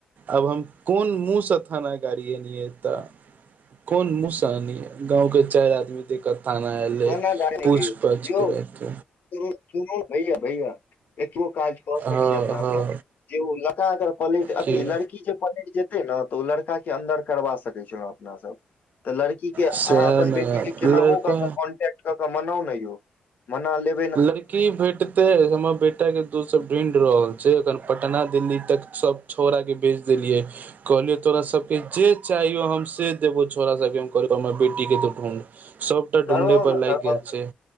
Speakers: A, on the right; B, on the left.
A: आब हम कोन मुँहसँ थाना गाड़िए एनिए त। कोन मुहँ स अनियै गाँंव के चाइर आदमी थी के थाना एलय
B: थाना गाड़ी
A: पूछ
B: के
A: -पाछ
B: यौ
A: कर एत।
B: सुनू -सुनु भैया -भैया एतबो काज कऽ सकै
A: हँ
B: छी अपनासँ
A: हँ
B: जे ओ लका अगर पलैट अथी
A: की
B: लड़की जे पलैट जेत्- ने तऽ ओ लड़का के अन्दर करबा सकै छलहुं अपना सब तऽ लड़की के अहाँ
A: सएह
B: अपन
A: ने
B: बेटी के केनाहो
A: लड़का
B: क- क कनटेक्ट क क मनाउ न यौ मना लेब
A: लड़की भेट तय हम्मर बेटा के दोस्त सब ढूइढ़ रहल छै अखन पटना दिल्ली तक सब छौंरा के बेज देलियै। कहलियै तोरा सबके जे चाहियौ हम से देबौ छोरा सबके हम कहलिय हमर बेटी के तू ढूँढ। सबटा ढूंढ़इ
B: करबाउ
A: पर
B: ने
A: लाइग
B: करबाउ
A: गेल छै।